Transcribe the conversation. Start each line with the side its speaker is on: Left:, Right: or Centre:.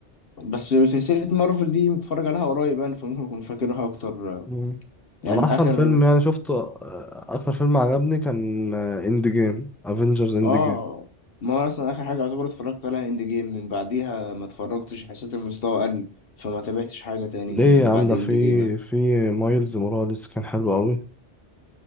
Left: بس سلسله مارفل دي متفرج عليها قريب يعني فممكن اكون فاكرها اكتر آه،
Centre: مم.
Left: يعني
Centre: أنا أحسن
Left: اخر
Centre: فيلم يعني شفته آه، أكتر فيلم عجبني
Left: آه،
Centre: كان إند جيم افنجرز إند
Left: اه
Centre: جيم
Left: ما هو اصلا اخر حاجه يعتبر اتفرجت عليها اند جيم من بعديها ما اتفرجتش حسيت المستوى قل فما تابعتش حاجه تاني
Centre: ليه
Left: من
Centre: يا عم
Left: بعد
Centre: ده
Left: اند
Centre: في
Left: جيم
Centre: في مايلز موراليس كان حلو أوي